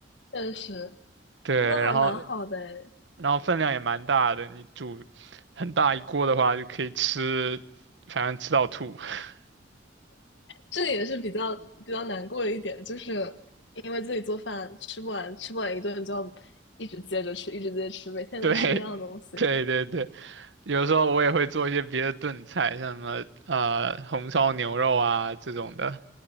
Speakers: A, on the left; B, on the right.
A: 确实，
B: 对，
A: 那还蛮好的诶。
B: 然后然后分量也蛮大的，你煮很大一锅的话就可以吃，反正吃到吐。<laughs>
A: 这个也是比较比较难过的一点，就是因为自己做饭吃不完，吃不完一顿就要一直接着吃，一直接着吃，每天都吃一样的东西。
B: 对，对对对。有时候我也会做一些别的炖菜，像什么呃红烧牛肉啊这种的，